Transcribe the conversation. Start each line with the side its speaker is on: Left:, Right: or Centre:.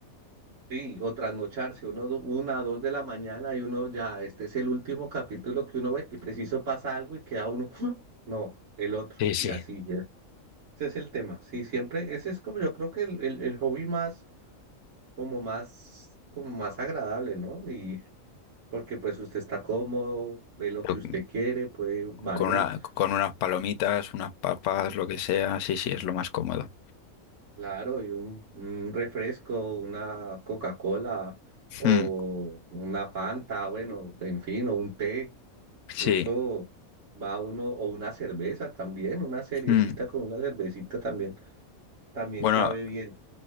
Right: Sí, o trasnocharse, uno, do- una, dos de la mañana y uno ya, este es el último capítulo que uno ve y preciso pasa algo y queda uno, <gasps> no, el otro,
Left: Sí, sí.
Right: y así. Ese es el tema, sí, siempre, ese es como yo creo que el, el, el hobby más, como más, como más agradable, ¿no? Y porque pues usted está cómodo, ve lo
Left: Pero
Right: que usted quiere, puede variar,
Left: con una, con unas palomitas, unas papas, lo que sea, sí, sí, es lo más cómodo.
Right: claro, y un, un refresco, una Coca-Cola o
Left: Mm,
Right: una Fanta, bueno, en fin, o un té,
Left: sí.
Right: eso va uno, o una cerveza también, una seriecita
Left: mm.
Right: con una cervecita también, también
Left: Bueno,
Right: cabe bien.